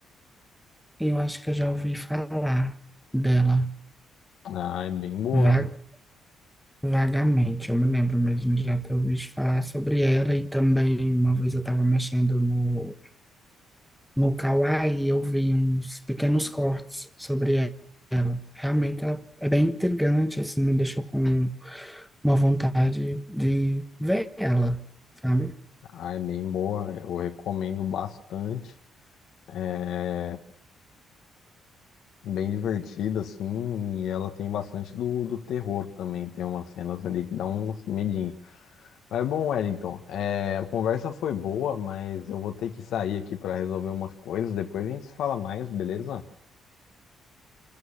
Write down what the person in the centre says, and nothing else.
Eu acho que eu já ouvi falar dela
va- vagamente. Eu me lembro mesmo de já ter ouvido falar sobre ela e também uma vez eu estava mexendo no no Kawaii e eu vi uns pequenos cortes sobre ela. Realmente ela é bem intrigante, assim, me deixou com uma vontade de ver ela, sabe?